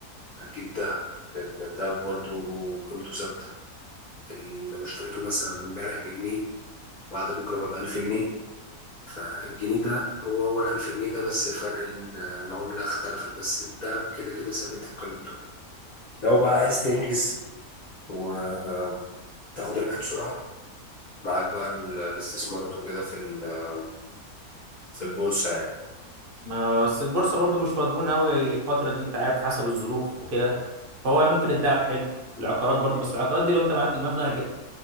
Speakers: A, on the left; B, on the right.
A: هتجيب دهب لأن الدهب برضو قيمته ثابتة ال- لو اشتريته مثلا من امبارح بجنيه وبعد بكرة بقى بألف جنيه فالجنيه ده هو هو الألف جنيه ده بس فرق ال- العملة اختلفت بس الدهب كده كده ثابت قيمته لو بقى عايز تنجز وتاخد ربح بسرعة معاك بقى ال- الاستثمارات وكده في ال- في البورصة يعني
B: ما بس البورصة برضو مش مضمونة أوي الفترة دي أنت عارف حسب الظروف وكده فهو ممكن الدهب حلو العقارات برضو بس العقارات دي لو أنت معاك المبلغ جا-